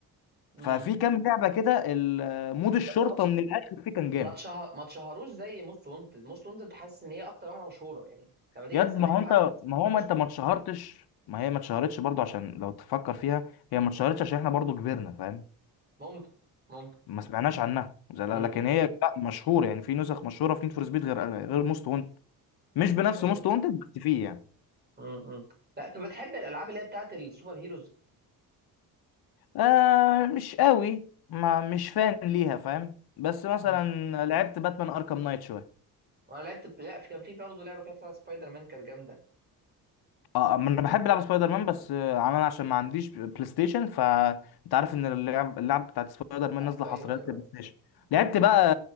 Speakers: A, on the right; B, on the left.
A: امم
B: ففي كام لعبه كده ال- آه، مود الشرطه
A: بس هو تش-
B: من الاخر فيه كان
A: ما
B: جامد
A: تشه- ما اتشهروش زي موست وانتد موست وانتد حاسس ان هي اكتر واحده مشهوره يعني لما تيجي
B: ياد
A: تسال
B: ما
A: اي
B: هو انت
A: حد
B: ما هو
A: موست
B: ما انت
A: وانتد
B: ما اتشهرتش ما هي ما اتشهرتش برضو عشان لو تفكر فيها هي ما اتشهرتش عشان احنا برضو كبرنا فاهم
A: ممكن ممكن
B: ما سمعناش عنها زي- لكن
A: امم
B: هي لا مشهوره يعني في نسخ مشهوره في نيد فور سبيد غير غير موست وانتد مش بنفس
A: بس.
B: موست وانتد بس فيه يعني
A: امم لا انت بتحب الالعاب اللي هي بتاعت السوبر هيروز
B: آه مش قوي ما مش فان ليها فاهم بس مثلا
A: امم
B: لعبت باتمان اركام نايت شويه
A: وانا لعبت لا في- كان في برضه لعبه كده بتاعت سبايدر مان كانت جامده
B: اه ما انا بحب العب سبايدر مان بس آه، عمال عشان ما عنديش بلاي ستيشن فانت عارف ان اللعب اللعب بتاعت سبايدر مان
A: ايوه
B: نازله حصريات
A: ايوه ايوه
B: للبلاي
A: ايوه
B: ستيشن لعبت
A: مم.
B: بقى